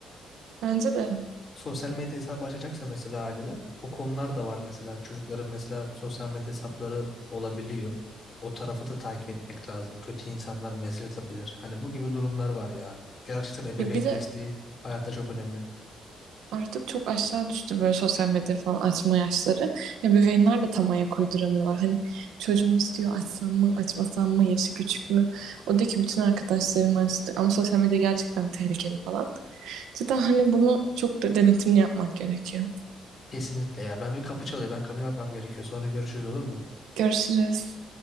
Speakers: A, on the right; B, on the left.
A: Bence de.
B: sosyal medya hesabı açacaksa mesela aileler o konular da var mesela çocukların mesela sosyal medya hesapları olabiliyor. O tarafı da takip etmek lazım. Kötü insanlar mesaj atabilir. Hani bu gibi durumlar var ya. Gerçekten ebeveyn
A: Ya bir de
B: desteği hayatta çok önemli.
A: Artık çok aşağı düştü böyle sosyal medya falan açma yaşları. Ebeveynler de tam ayak uyduramıyorlar. Hani çocuğum istiyor açsam mı açmasam mı yaşı küçük mü? O diyor ki bütün arkadaşlarım açtı ama sosyal medya gerçekten tehlikeli falan. Cidden hani bunu çok da denetimli yapmak gerekiyor.
B: Kesinlikle ya. Ben bir kapı çalıyor. Ben kapıya bakmam gerekiyor. Sonra görüşürüz olur mu?
A: Görüşürüz.